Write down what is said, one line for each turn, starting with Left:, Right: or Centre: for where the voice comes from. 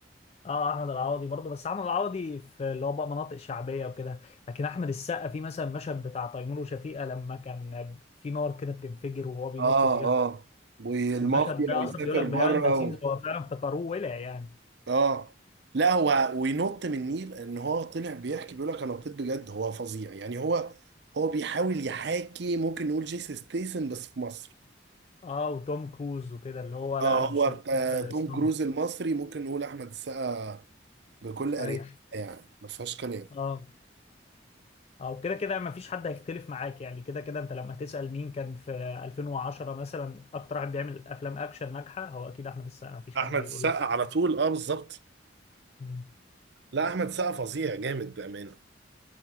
Left: اه احمد العوضي برضه بس احمد العوضي في اللي هو بقى مناطق شعبيه وكده لكن احمد السقا في مثلا المشهد بتاع تيمور وشفيقه لما كان في نار كده بتنفجر وهو بينط
Right: اه
Left: فيها
Right: اه والمافيا
Left: المشهد ده
Right: ويسافر
Left: اصلا بيقول لك
Right: بره
Left: بيهايند ذا سينز
Right: و...
Left: هو فعلا افتكروه ولع يعني
Right: اه لا هو وينط من النيل ان هو طلع بيحكي بيقول لك انا نطيت بجد هو فظيع يعني هو هو بيحاول يحاكي ممكن نقول جيسي ستيسن بس في مصر
Left: اه وتوم كروز وكده اللي هو لا
Right: اه
Left: انا مش
Right: هو
Left: هجيب
Right: بتاع توم
Left: ستانت
Right: كروز المصري ممكن نقول احمد السقا بكل اريحيه
Left: ايوه
Right: يعني ما فيهاش كلام
Left: اه او كده كده ما فيش حد هيختلف معاك يعني كده كده انت لما تسأل مين كان في 2010 مثلا اكتر واحد بيعمل افلام اكشن ناجحه هو اكيد احمد السقا ما فيش
Right: احمد
Left: حد هيقول
Right: السقا
Left: لك
Right: على
Left: حاجه
Right: طول اه بالظبط
Left: مم.
Right: لا احمد السقا فظيع جامد بامانه